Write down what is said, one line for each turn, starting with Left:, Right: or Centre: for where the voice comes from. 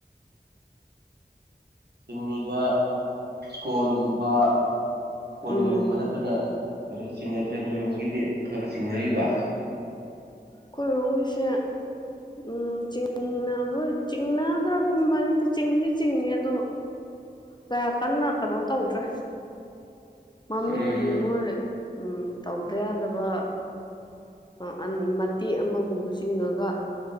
Right: ꯆꯤꯡꯉꯤꯕ ꯁ꯭ꯀꯣꯟꯒꯨꯝꯕ ꯀꯣꯅꯨꯡꯒꯨꯝꯕ
Left: ꯎꯝ
Right: ꯅꯠ ꯇꯅ <unintelligible> ꯆꯤꯡꯅꯗ꯭ꯔꯦ ꯅꯣꯏꯔꯣꯝꯒꯤꯗꯤ ꯈꯔ ꯈ ꯆꯤꯡꯅꯔꯤꯕ
Left: ꯈꯣꯏꯔꯣꯝꯒꯤꯁꯦ ꯎꯝ ꯆꯤꯡ ꯕ ꯆꯤꯡꯅꯗ꯭ꯔꯥꯒꯨꯝꯕꯅꯤꯗ ꯆꯤꯡꯗꯤ ꯆꯤꯡꯉꯦ ꯑꯗꯣ ꯀꯌꯥ ꯀꯟꯅ ꯀꯩꯅꯣ ꯇꯧꯗ꯭ꯔꯦ ꯃꯃꯤꯡꯒꯤ
Right: ꯎꯝ
Left: ꯃꯣꯏ ꯎꯝ ꯇꯧꯗ ꯌꯥꯗꯕ ꯑ ꯑꯟ ꯃꯇꯦꯛ ꯑꯃꯒꯨꯝꯕ ꯆꯤꯡꯉꯒ